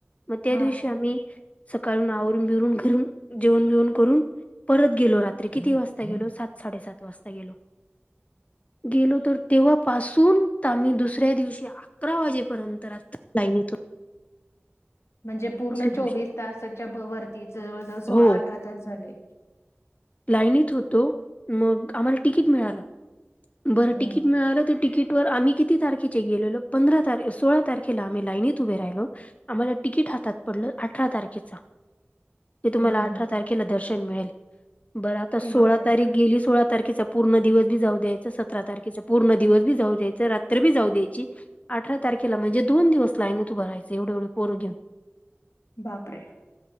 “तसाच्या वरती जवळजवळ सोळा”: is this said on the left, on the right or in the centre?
Left